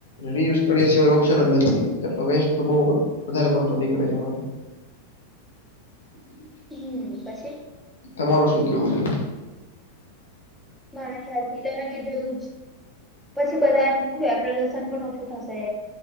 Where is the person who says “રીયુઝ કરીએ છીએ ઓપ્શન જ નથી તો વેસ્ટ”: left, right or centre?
Left